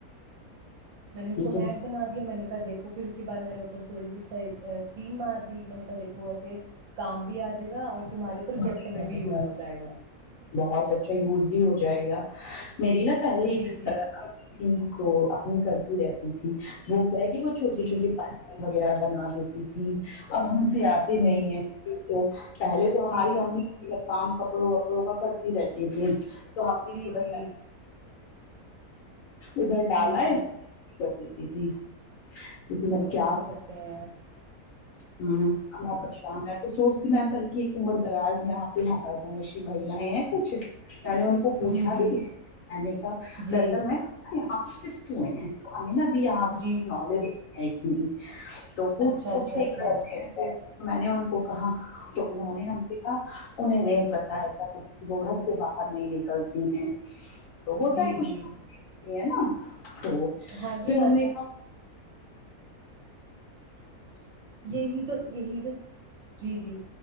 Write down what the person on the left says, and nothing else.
یہ
تو
بہت
بہت اچھا یوز بھی ہو جائے گا میری نا پہلے
ا
تھی تو امی کرتی رہتی تھی وہ کیا ہے کہ وہ چھوٹی
چھوٹی
پ وغیرہ بنا دیتی تھی اب ہم سے آتے
نہیں ہیں تو پہلے تو ہماری
امی کام کپڑوں وپڑوں کا کرتی رہتی تھی تو ہم بھی تھڑا
تھ
ادھر ڈال ہے
کر دیتی تھی لیکن
اب کیا
ہم پر شام ہے تو سوچتی مر دراز یہاں پہ یہاں پر مش ہیں کچھ میں نے ان کو پوچھا
بھی میں نے کہا
سر میں ہیں امنہ بھی نارملی
تو پوچھ
پوچھ
کے
تو میں نے ان کو کہا تو انہوں نے ہم سے کہا انہیں نہیں پتا ہے کیا وہ گھر سے باہر نہیں نکلتی ہیں تو ہوتا
ہے کچھ
ہے نا تو پھر
ہم نے کہا ہ